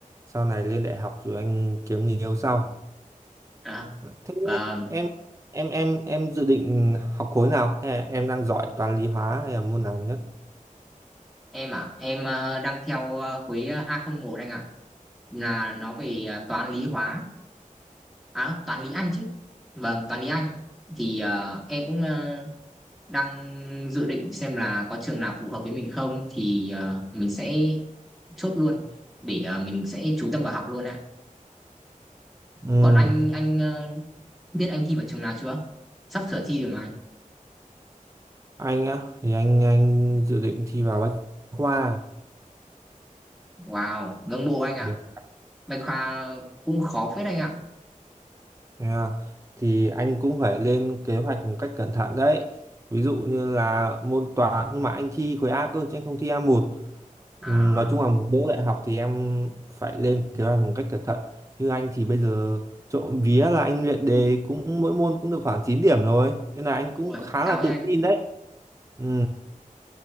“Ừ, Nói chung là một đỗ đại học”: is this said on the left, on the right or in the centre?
Right